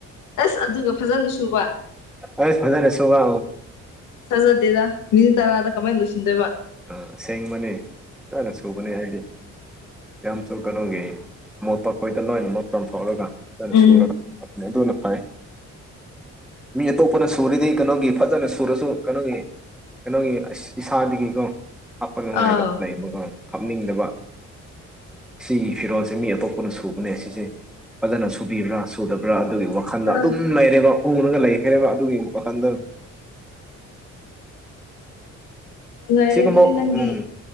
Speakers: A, on the left (about 85°); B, in the centre.
A: ꯑꯁ ꯑꯗꯨꯒ ꯐꯖꯅ ꯁꯨꯕ
B: ꯑꯁ ꯐꯖ ꯔꯦꯁꯨꯣꯕ
A: ꯐꯥꯖꯗꯦꯗ ꯃꯤꯅꯤꯠ ꯇꯔꯥꯗ ꯀꯃꯥꯏꯅ ꯂꯣꯏꯁꯤꯟꯗꯣꯏꯕ
B: ꯑ ꯁꯦꯡꯕꯅꯤ ꯑꯗꯨꯃꯥꯏꯅ ꯁꯨꯕꯅꯦ ꯍꯥꯏꯗꯤ ꯌꯥꯝ ꯁꯨ ꯀꯩꯅꯣꯒꯤ ꯑꯃꯣꯠꯄ ꯑꯩꯈꯣꯏꯗ ꯂꯣꯏꯅ ꯑꯃꯨꯛ ꯆꯥꯝꯊꯣꯛꯔꯒ ꯐꯖꯅ
A: ꯎꯝ
B: ꯁꯨꯔ ꯍꯥꯞꯄꯅꯤ ꯑꯗꯨꯅ ꯐꯩ ꯃꯤ ꯑꯇꯣꯞꯄꯅ ꯁꯨꯔꯤꯗꯤ ꯀꯩꯅꯣꯒꯤ ꯐꯖꯅ ꯁꯨꯔꯁꯨ ꯀꯩꯅꯣꯒꯤ ꯀꯩꯅꯣꯒꯤ ꯏꯁꯥꯗꯒꯤꯀꯣ ꯍꯥꯞꯄ ꯉꯝꯉꯥꯏꯗ
A: ꯑꯥꯎ
B: ꯂꯩꯕꯀꯣ ꯍꯥꯞꯅꯤꯡꯗꯕꯁ ꯁꯤꯒꯤ ꯐꯤꯔꯣꯜꯁꯦ ꯃꯤ ꯑꯇꯣꯞꯄꯅ ꯁꯨꯕꯅꯦ ꯁꯤꯁꯦ ꯐꯖꯅ ꯁꯨꯕꯤꯕ꯭ꯔꯥ ꯁꯨꯗꯕ꯭ꯔꯥ ꯑꯗꯨꯒꯤ ꯋꯥꯈꯜꯗ
A: ꯑꯥ
B: ꯑꯗꯨꯝ ꯂꯩꯔꯦꯕ ꯎꯅꯒ ꯂꯩꯈ꯭ꯔꯦꯕ ꯑꯗꯨꯒꯤ ꯋꯥꯈꯜꯗ
A: ꯅꯨꯡꯉꯥꯏꯔꯦ
B: ꯁꯤꯒꯨꯝꯕ
A: ꯑꯗꯨꯗꯤ ꯅꯪꯒꯤ
B: ꯎꯝ